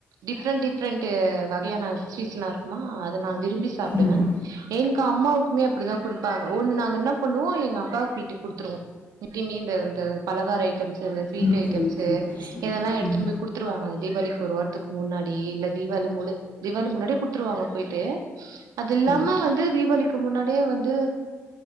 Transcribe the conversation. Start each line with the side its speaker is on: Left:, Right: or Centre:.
Right: டிஃப்ரண்ட் டிஃப்ரண்ட்டு வகையான ஸ்வீட்ஸ்லா இருக்குமா அது அத நா விரும்பி சாப்டுவே
Left: ம்.
Right: எங்க அம்மாவுக்குமே அப்பிடிதா குடுப்பாங்க. ஒண்ணு நாங்க என்ன பண்ணுவோ எங்க அக்காக்கு வீட்டுக் குடுத்துருவோ எப்பயுமே இந்த இந்த பலகார ஐட் டம்ஸு இந்த sweet
Left: okay,
Right: items
Left: okay, okay சாமி.
Right: இதெல்லா எடுத்துனு
Left: ம்,
Right: போய் குடுத்துருவாங்க தீபாளி ஒரு வாரத்துக்கு முன்னாடி இல்ல தீபாவளி முடு தீபாவளி முன்னாடி குடுத்துருவாங்கப் போய்ட்டு அது இல்லாம
Left: ம்,
Right: வந்து தீபாவளிக் க்கு முன்னாடியே வந்து